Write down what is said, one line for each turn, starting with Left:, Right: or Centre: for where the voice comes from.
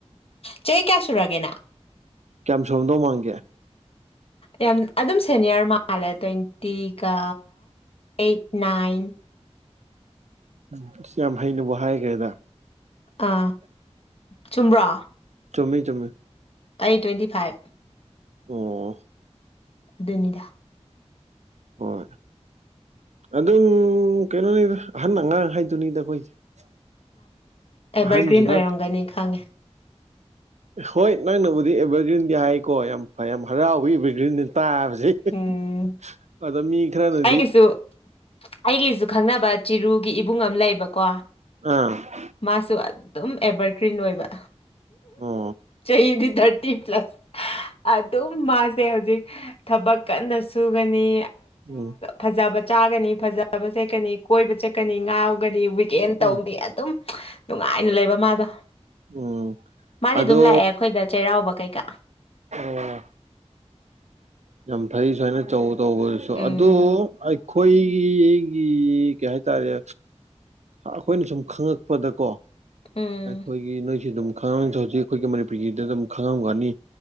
Left: ꯆꯍꯤ ꯀꯌꯥ ꯁꯨꯔꯒꯦ ꯅꯪ
Right: ꯀꯌꯥꯝ ꯁꯔꯝꯗꯧ ꯃꯥꯡꯒꯦ
Left: ꯌꯥꯝ ꯑꯗꯨꯝ ꯁꯦꯅꯤꯌꯔ ꯃꯥꯜꯂꯦ ꯇ꯭ꯋꯦꯟꯇꯤꯒ ꯑꯩꯠ ꯅꯥꯏꯟ
Right: ꯎꯝ ꯑꯁ ꯌꯥꯝ ꯍꯩꯅꯕ ꯍꯥꯏꯈ꯭ꯔꯦꯗ
Left: ꯑ ꯆꯨꯝꯕ꯭ꯔꯣ
Right: ꯆꯨꯝꯃꯤ ꯆꯨꯝꯃꯤ
Left: ꯑꯩ ꯇ꯭ꯋꯦꯟꯇꯤ ꯐꯥꯏꯚ
Right: ꯑ <inaudible> <unintelligible>
Left: ꯑꯗꯨꯅꯤꯗ
Right: ꯍꯣꯏ ꯑꯗꯨꯝ ꯀꯩꯅꯣꯅꯤ ꯑꯍꯟ ꯑꯉꯥꯡ ꯍꯥꯏꯗꯨꯅꯤꯗ ꯑꯩꯈꯣꯏꯁꯦ
Left: ꯑꯦꯚꯔꯒ꯭ꯔꯤꯟ
Right: ꯑꯍꯟꯁꯨꯅ
Left: ꯑꯣꯏꯔꯝꯒꯅꯤ ꯈꯪꯉꯦ
Right: ꯍꯣꯏ ꯅꯪꯅꯕꯨꯗꯤ ꯑꯦꯚꯔꯒ꯭ꯔꯤꯟꯗꯤ ꯍꯥꯏꯀꯣ ꯌꯥꯝ ꯐꯩ ꯌꯥꯝ ꯍꯔꯥꯎꯕ ꯑꯦꯚꯔꯒ꯭ꯔꯤꯟꯗ ꯇꯥꯕ
Left: ꯎꯝ
Right: <inaudible> ꯑꯗ ꯃꯤ ꯈꯔꯅ
Left: ꯑꯩꯒꯤꯁꯨ ꯑꯩꯒꯤꯁꯨ ꯈꯪꯅꯕ ꯆꯤꯔꯨꯒꯤ ꯏꯕꯨꯡ ꯑꯃ ꯂꯩꯕꯀꯣ
Right: ꯑꯥ
Left: ꯃꯥꯁꯨ ꯑꯗꯨꯝ ꯑꯦꯚꯔꯒ꯭ꯔꯤꯟ ꯑꯣꯏꯕ
Right: ꯑꯣ
Left: ꯑꯩꯗꯤ ꯊꯔꯇꯤ ꯄ꯭ꯂꯁ ꯑꯗꯨꯝ ꯃꯥꯁꯦ ꯍꯧꯖꯤꯛ ꯊꯕꯛ ꯀꯟꯅ ꯁꯨꯒꯅꯤ
Right: ꯎꯝ
Left: ꯐꯖꯕ ꯆꯥꯒꯅꯤ ꯐꯖꯕ ꯆꯠꯀꯅꯤ ꯀꯣꯏꯕ ꯆꯠꯀꯅꯤ ꯉꯥꯎ ꯇꯒꯅꯤ ꯋꯤꯛꯀꯦꯟ
Right: ꯎꯝ
Left: ꯇꯧꯅꯤ ꯑꯗꯨꯝ ꯅꯨꯡꯉꯥꯏꯅ ꯂꯩꯕ ꯃꯥꯗꯣ
Right: ꯎꯝ
Left: ꯃꯥꯗꯤ
Right: ꯑꯗꯣ
Left: ꯑꯗꯨꯝ ꯂꯥꯛꯑꯦ ꯑꯩꯈꯣꯏꯗ ꯆꯩꯔꯥꯎꯕ ꯀꯩꯀꯥ
Right: ꯑꯣ ꯌꯥꯝ ꯐꯩ ꯁꯨꯃꯥꯏꯅ ꯆꯧ ꯇꯧꯕꯗꯨꯁꯨ
Left: ꯎꯝ
Right: ꯑꯗꯨꯗ ꯑꯩꯈꯣꯏꯒꯤ ꯑꯩꯒꯤ ꯀꯩ ꯍꯥꯏꯇꯥꯔꯦ ꯑꯩꯈꯣꯏꯅ ꯁꯨꯝ ꯈꯪꯉꯛꯄꯗꯀꯣ
Left: ꯎꯝ
Right: ꯑꯩꯈꯣꯏꯒꯤ ꯅꯣꯏꯁꯤ ꯑꯗꯨꯝ ꯈꯪꯉꯝꯁꯨ ꯍꯧꯖꯤꯛ ꯑꯩꯈꯣꯏꯒꯤ ꯃꯅꯤꯄꯨꯔꯒꯤꯗ ꯑꯗꯨꯝ ꯈꯪꯉꯝꯒꯅꯤ